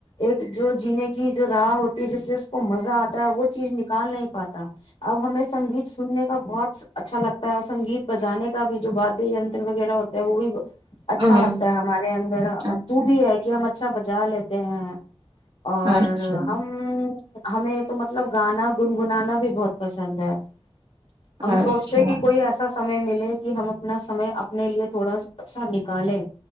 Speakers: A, on the left; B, on the right.
A: ایک جو جینے کی جو راہ ہوتی ہے جس سے اس کو مزہ آتا ہے وہ چیز نکال نہیں پاتی۔ اب ہمیں سنگیت سننے کا بہت اچھا لگتا ہے اور سنگیت بجانے کا بھی جو وادینتر وغیرہ ہوتے ہے وہ بھی۔ اچھا
B: ہوں
A: لگتا ہے ہمارے اندر
B: اچھا
A: وہ بھی ہے کہ ہم اچھا بجا لیتے ہیں۔ اور
B: اچھا
A: ہم۔ ہمیں تو مطلب گانا گنگنانا۔ بھی بہت پسند ہے۔ ہم
B: اچھا
A: سوچتے ہیں کہ کوئی ایسا۔ سمیں ملے کہ ہم اپنا سمے اپنے لیے تھوڑا سا اکثر نکالیں